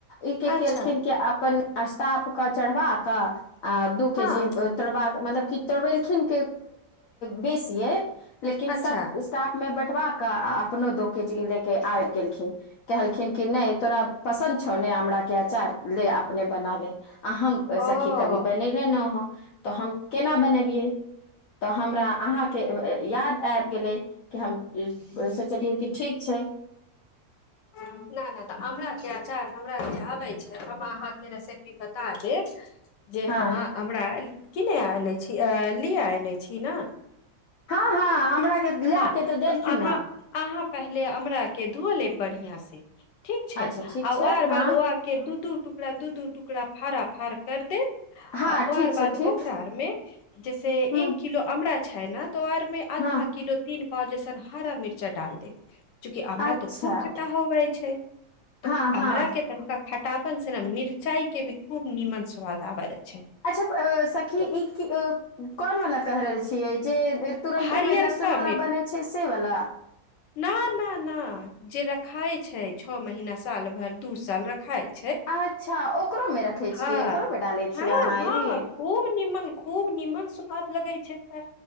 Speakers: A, on the left; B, on the left.
A: ई कि
B: अच्छा
A: केलखिन के अपन अस्टाप के चढ़वा कऽ आ दू के
B: हँ
A: जी तोड़बाक मतलब कि तोड़बेलखिन बेसीये लेकिन सब
B: अच्छा
A: एसटाप में बटवा कऽ आ अपनो दो के जी ले के आबि गेलखिन कहलखिन कि नहि तोरा पसन्द छौ नहि अमराके आचार ले अपने बना ले हम
B: ओ ओ
A: सखी कभी बनेले नऽ ह तऽ हम केना बनबियै तऽ हमरा अहाँके याद आबि गेलै कि हम सोचलियै कि ठीक छै
B: नहि नहि तऽ अमराके आचार हमरा जे आबै छै हम अहाँके रेसिपी बता देब जे
A: हँ
B: अहाँ हमरा किने आने छी लिए आने छी नऽ
A: हँ हँ अमरा के लए
B: हँ
A: के तऽ देलखिन
B: अहाँ
A: हँ
B: अहाँ पहले अमरा के धो लेब बढ़िया से ठीक छै
A: अच्छा ठीक
B: आ
A: छै
B: आर बाद
A: हँ
B: के दू दू टुकड़ा दू दू टुकड़ा फाड़ा फड़ कर देब
A: हँ
B: आ ओर
A: ठीक छै
B: बाद
A: ठीक
B: ओकरा आर मे जैसे
A: ह
B: एक किलो अमरा छै ने तऽ ओ आर मे आधा
A: हँ
B: किलो तीन पाव जैसन हरा मिर्चा डाल देब चूकि अमरा
A: अच्छा
B: तो खूब खटा होवै छै
A: हँ
B: तऽ अमरा
A: हँ
B: के त के खटापन से ने मिरचाई के भी खूब नीमन स्वाद आवे छै
A: अच्छा सखी
B: तऽ
A: ई कोन वला कऽ रहल छियै जे तुरन्ते
B: हरियरका
A: में लहसुन वला बनै छै से वला
B: ना ना ना जे रखाय छै छः महीना साल भरि दू साल रखाय छै
A: अच्छा ओकरो में रखे
B: हँ
A: छियै ओकरो में डाले
B: हँ
A: छियै अहाँ
B: हँ
A: ई
B: खूब निमन खूब निमन स्वाद लगे छै तऽ